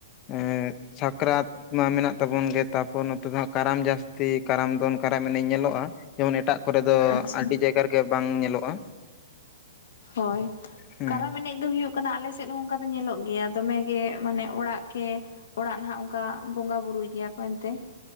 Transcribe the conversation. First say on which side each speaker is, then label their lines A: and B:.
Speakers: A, on the left; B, on the left.
A: ᱮᱸᱜ ᱥᱟᱠᱨᱟᱛ ᱢᱟ ᱢᱮᱱᱟᱜ ᱛᱟᱵᱚᱱ ᱜᱮ ᱛᱟᱨᱯᱚᱨ ᱱᱚᱛᱮ ᱫᱚ ᱦᱟᱸᱜ ᱠᱟᱨᱟᱢ ᱡᱟᱹᱥᱛᱤ ᱠᱟᱨᱟᱢ ᱫᱚᱱ ᱠᱟᱨᱟᱢ ᱮᱱᱮᱡ ᱧᱮᱞᱚᱜ-ᱟ ᱡᱮᱢᱚᱱ ᱮᱴᱟᱜ ᱠᱚᱨᱮ ᱫᱚ
B: ᱟᱪᱪᱷᱟ
A: ᱟᱹᱰᱤ ᱡᱟᱭᱜᱟ ᱨᱮᱜᱮ ᱵᱟᱝ ᱧᱮᱞᱚᱜ-ᱟ᱾
B: ᱦᱳᱭ
A: ᱦᱮᱸ
B: ᱠᱟᱨᱟᱢ ᱮᱱᱮᱡ ᱫᱚ ᱦᱩᱭᱩᱜ ᱠᱟᱱᱟ ᱟᱞᱮ ᱥᱮᱫ ᱦᱚᱸ ᱚᱱᱠᱟ ᱫᱚ ᱧᱮᱞᱚᱜ ᱜᱮᱭᱟ ᱫᱚᱢᱮ ᱜᱮ ᱢᱟᱱᱮ ᱚᱲᱟᱜ ᱠᱮ ᱚᱲᱟᱜ ᱱᱟᱦᱟᱜ ᱚᱝᱠᱟ ᱵᱚᱸᱜᱟ ᱵᱩᱨᱩᱭ ᱜᱮᱭᱟ ᱠᱚ ᱮᱱᱛᱮ ᱾